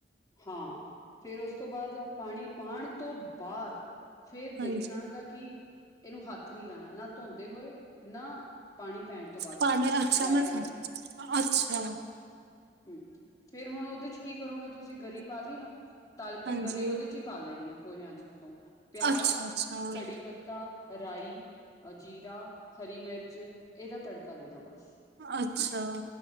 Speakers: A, on the left; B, on the right.
A: ਹਾਂ, ਫੇਰ ਉਸ ਤੋਂ ਬਾਅਦ ਪਾਣੀ ਪਾਣ ਤੋਂ ਬਾਅਦ ਫੇਰ
B: ਹਾਂਜੀ
A: ਦੇਖਣਾ ਗਾ ਕਿ, ਇਹਨੂੰ ਹੱਥ ਨੀ ਲਾਣਾ ਨਾ ਧੋਂਦੇ ਹੋਏ ਨਾ ਪਾਣੀ ਪੈਣ ਤੋਂ ਬਾਅਦ
B: ਪਾਣੀ
A: ਉਹ ਪੂਰਾ
B: ਅੱਛਾ
A: ਡਰਾਏ
B: ਮਤਲਬ
A: ਰੱਖਣਾ।
B: ਅੱਛਾ
A: ਹੂੰ, ਫੇਰ ਹੁਣ ਉਹਦੇ 'ਚ ਕੀ ਕਰੋਗੇ ਤੁਸੀਂ ਗਰੀ ਪਾ ਲੀ ਨਾ ਤਲ ਕੇ
B: ਹਾਂਜੀ
A: ਗਰੀ ਉਹਦੇ 'ਚ ਈ ਪਾ ਲੈਣੀ ਆ ਪੋਹਿਆਂ 'ਚ ਉੱਤੋਂ, ਪਿਆਜ,
B: ਅੱਛਾ-ਅੱਛਾ,
A: ਕੜੀ ਪਤ ਤਾਂ ਰਾਈ ਅ ਜੀਰਾ, ਹਰੀ ਮਿਰਚ ਇਹਦਾ ਤੜਕਾ ਦੇਣਾ ਬਸ।
B: ਅੱਛਾ।